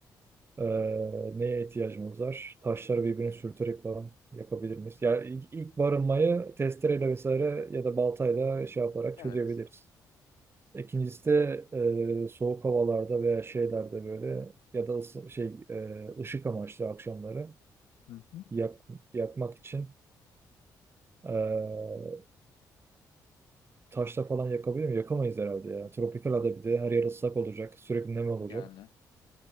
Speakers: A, on the right; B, on the left.
A: Ee, neye ihtiyacımız var? Taşları birbirine sürterek falan yapabilir miyiz? Yani ilk, ilk barınmayı testereyle vesaire ya da baltayla şey yaparak
B: Evet.
A: çözebiliriz. İkincisi de e, soğuk havalarda veya şeylerde böyle ya da ısı- şey e, ışık amaçlı akşamları
B: Hı hı.
A: yak, yakmak için e, taşla falan yakabilir mi? Yakamayız herhalde ya. Tropikal ada bir de her yer ıslak olacak. Sürekli nem olacak.
B: Yani.